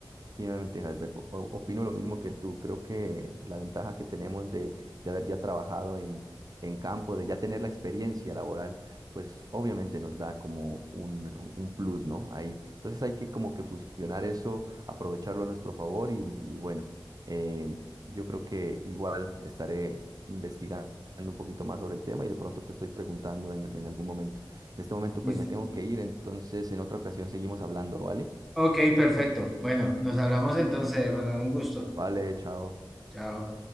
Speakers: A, on the right (about 50°); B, in the centre.
A: Tiene una ventaja, O- Opino lo mismo que tú. Creo que la ventaja que tenemos de, de haber ya trabajado en, en campo, de ya tener la experiencia laboral, pues obviamente nos da como un, un plus, ¿no? Ahí. Entonces hay que como que fusionar eso, aprovecharlo a nuestro favor y, y bueno, eh, yo creo que igual estaré investigando un poquito más sobre el tema y de pronto te estoy preguntando en, en algún momento. En este momento
B: Listo.
A: pues me tengo que ir, entonces en otra ocasión seguimos hablando, ¿vale?
B: Ok, perfecto. Bueno, nos hablamos entonces, Ronald, un gusto.
A: Vale, chao.
B: Chao.